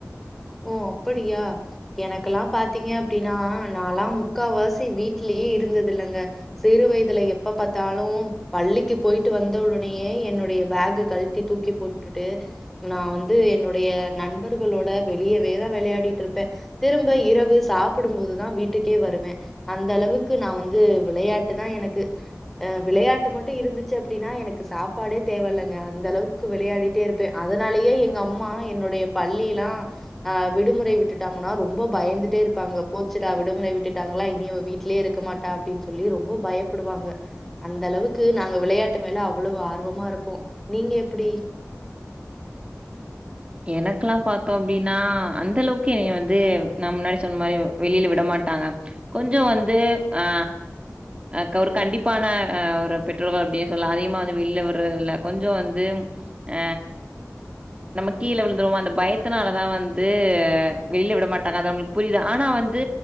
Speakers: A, in the centre; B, on the right.
A: ஓ அப்படியா எனக்கெல்லா பாத்தீங்க அப்டினா நாலா முக்கா வாசி வீட்லயே இருந்தது இல்லங்க சிறு வயதுல எப்ப பாத்தாலு பள்ளிக்கு போயிட்டு வந்த உடனேயே என்னுடைய பேக்கு கழட்டி தூக்கி போட் வுட்டுட்டு நான் வந்து என்னுடைய நண்பர்களோட வெளியவேதா விளையாடிட்டு இருப்பேன் திரும்ப இரவு சாப்புடும் போதுதான் வீட்டுக்கே வருவேன் அந்த அளவுக்கு நா வந்து விளையாட்டுதான் எனக்கு ஆ விளையாட்டு மட்டும் இருந்துச்சி அப்படின்னா எனக்கு சாப்பாடே தேவ இல்லங்க அந்த அளவுக் க்கு விளையாடிட்டே இருப்பேன் அதனாலயே எங்க அம்மா என்னுடைய பள்ளிலாம் ஆ விடுமுறை விட்டுட்டாங்கன்னா ரொம்ப பயந்துட்டே இருப்பாங்க போச்சிடா விடுமுறை விட்டுட்டாங்களா இனி இவ வீட்லேயே இருக்க மாட் டா அப்படின்னு சொல்லி ரொம்ப பயப்படுவாங்க அந்த அளவுக்கு நாங்க விளையாட்டு மேல அவ்வளவு ஆர்வமா இருப்போம் நீங்க எப்படி
B: எனக்கெல்லாம் பாத்தோம் அப்டின்னா அந்தளவுக்கு என்னைய வந்து நான் முன்னாடி சொன்ன மாரி வெளில விடமாட்டாங்க கொஞ்ஜோம் வந்து ஆ ஆ ஒரு கண்டிப்பான ஆ ஒரு பெற்றோர்கள் அப்படினு சொல்லாம் அதிகமா வந்து வெளிய விடுறதுல்ல கொஞ்ஜோம் வந்து ஆ நம்ம கீழ விழுந்துடுவோம் அந்த பயத்தனாலதா வந்து வெளிய விட மாட்டாங்க அது நம்மளுக்கு புரியுதா ஆனா வந்து